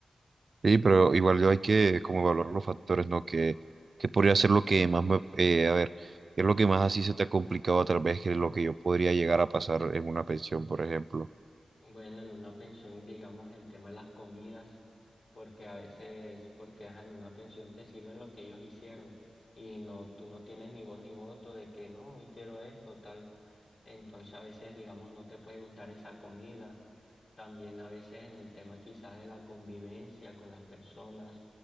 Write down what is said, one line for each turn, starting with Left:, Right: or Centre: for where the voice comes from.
Right: Sí, pero igual yo hay que como evaluar los factores, ¿no? Que, que podría ser lo que más me, eh, a ver, ¿qué es lo que más así se te ha complicado a través que lo que yo podría llegar a pasar en una pensión, por ejemplo?
Left: Bueno, en una pensión, digamos, el tema de las comidas, porque a veces, porque ajá, en una pensión te sirven lo que ellos hicieron y no, tú no tienes ni voz ni voto de que no, hoy quiero esto, tal. Entonces a veces, digamos, no te puede gustar esa comida. También a veces en el tema quizás de la convivencia con las personas,